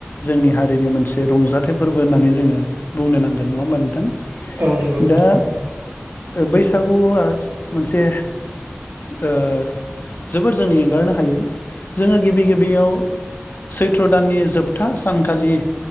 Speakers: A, on the left; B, on the right.
A: जोंनि हारिनि मोनसे रंजाथाइ फोरबो होननानै जोङो बुंनो नांगोन। नङा होबमा नोंथां?
B: औ नंगौ
A: दा
B: नंगौ
A: बैसागुआ मोनसे ओ जोबोर जोंनि एंगारनो हायै जोङो गिबि गिबियाव सैथ्र दाननि जोब था सानखालि